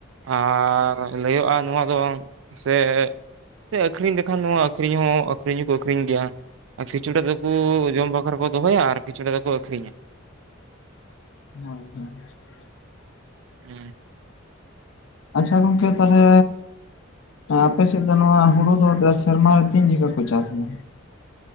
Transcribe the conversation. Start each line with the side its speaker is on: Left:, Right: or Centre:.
Right: ᱟᱨ ᱞᱟᱹᱭᱟᱹᱜ-ᱟ ᱱᱚᱣᱟ ᱫᱚ ᱥᱮ ᱥᱮ ᱟᱹᱠᱷᱨᱤᱧ ᱞᱮᱠᱷᱟᱱ ᱱᱚᱣᱟ ᱟᱹᱠᱷᱨᱤᱧ ᱦᱚᱸ ᱟᱹᱠᱷᱨᱤᱧ ᱦᱚᱸᱠᱚ ᱟᱹᱠᱷᱨᱤᱧ ᱜᱮᱭᱟ ᱟᱨ ᱠᱤᱪᱷᱩᱴᱟ ᱫᱚᱠᱚ ᱡᱚᱢ ᱵᱟᱠᱷᱨᱟ ᱠᱚ ᱫᱚᱦᱚᱭᱟ ᱟᱨ ᱠᱤᱪᱷᱩᱴᱟ ᱫᱚᱠᱚ ᱟᱹᱠᱷᱨᱤᱧᱟ
Left: ᱦᱳᱭ ᱦᱳᱭ <unintelligible>
Right: ᱦᱮᱸ
Left: ᱟᱪᱪᱷᱟ ᱜᱚᱝᱠᱮ ᱛᱟᱦᱚᱞᱮᱼᱼ ᱮ ᱟᱯᱮᱥᱮᱫ ᱫᱚ ᱱᱚᱣᱟ ᱦᱩᱲᱩ ᱫᱚ ᱥᱮᱨᱢᱟᱨᱮ ᱛᱤᱱ ᱡᱮᱠᱷᱟ ᱯᱮ ᱪᱟᱥ ᱜᱮᱭᱟ?